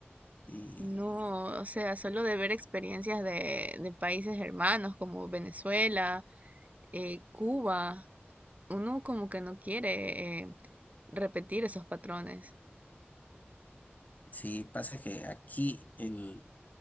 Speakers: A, on the left; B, on the right.
A: y
B: No, o sea, solo de ver experiencias de, de países hermanos como Venezuela, eh, Cuba, uno como que no quiere eh, repetir esos patrones.
A: Sí, pasa que aquí el,